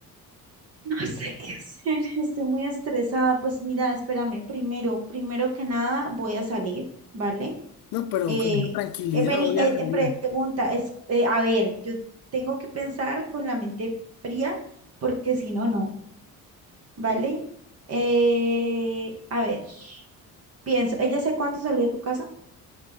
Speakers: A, on the right; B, on the left.
A: no sé qué hacer, <laughs> estoy muy estresada. Pues mira, espérame, primero, primero que nada voy a salir, ¿vale?
B: No, pero
A: Eh,
B: con esa tranquilidad
A: eh, vení,
B: voy
A: eh,
B: a salir.
A: eh, pregunta, es, eh, a ver, yo tengo que pensar con la mente fría porque si no, no. ¿vale? Eh, a ver, pienso, ¿ella sé cuánto salió de tu casa?